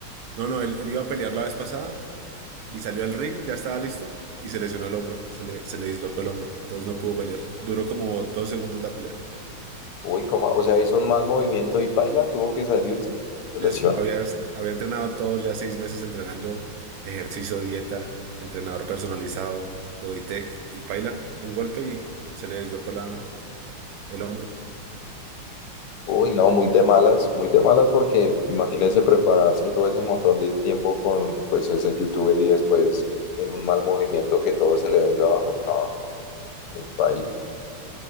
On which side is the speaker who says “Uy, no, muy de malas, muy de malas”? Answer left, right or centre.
Left